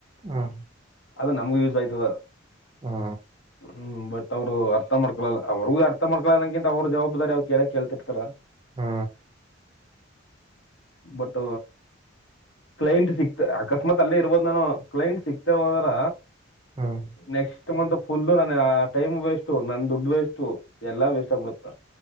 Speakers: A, on the right; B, on the left.
A: ಹಾ
B: ಅದ ನಮ್ಗೆ ಯೂಸ್ ಆಯ್ತದ
A: ಹಾ
B: ಹ್ಮ್ ಬಟ್ ಅವ್ರು ಅರ್ಥ ಮಾಡ್ಕೋಲ್ಲ ಅವ್ರರುಗೂ ಅರ್ಥ ಮಾಡ್ಕಳನಕಿಂತ ಅವ್ರ ಜವಾಬ್ದಾರಿ ಅವ್ ಕೇಳಕ್ ಕೇಳ್ತಿರ್ತಾರ
A: ಹ್ಮ
B: ಬಟ್ ಕ್ಲೈಂಟ್ ಸಿಕ್ತ ಅಕಸ್ಮಾತ್ ಅಲ್ಲೇ ಇರದು ನಾನ ಕ್ಲೈಂಟ್ ಸಿಕ್ತೇದರ
A: ಹ್ಮ್
B: ನೆಕ್ಸ್ಟ್ ಫುಲ್ಲು ನ ಆ ಟೈಮ್ ವೇಸ್ು ನನ್ ದುಡ್ಡು ವೇಸ್ಟು ಎಲ್ಲಾ ವೇಸ್ಟ್ ಆಗ್ಬಿಡುತ್ತ